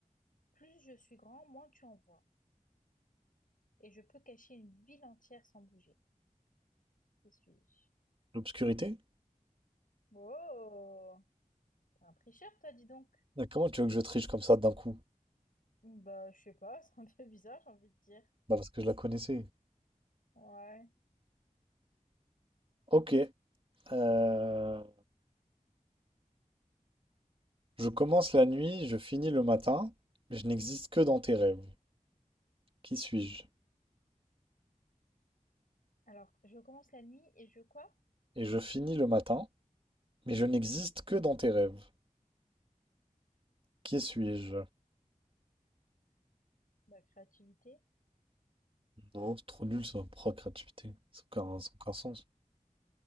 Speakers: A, on the left (about 80°); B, on the right (about 40°).
A: Plus je suis grand, moins tu en vois. Et je peux cacher une ville entière sans bouger. Qui suis-je?
B: L'obscurité?
A: Oh, t'es un tricheur, toi, dis donc.
B: Ah, comment tu veux que je triche comme ça d'un coup?
A: Bah, je sais pas, <laughs> c'est un peu bizarre, j'ai envie de dire.
B: Bah, parce que je la connaissais.
A: Ouais.
B: Ok. euh, Je commence la nuit, je finis le matin, je n'existe que dans tes rêves. Qui suis-je?
A: Alors, je commence la nuit et je quoi?
B: Et je finis le matin, mais je n'existe que dans tes rêves. Qui suis-je?
A: La créativité.
B: Non, c'est trop nul ça, procréativité, créativité. Ça n'a aucun, ça n'a aucun sens.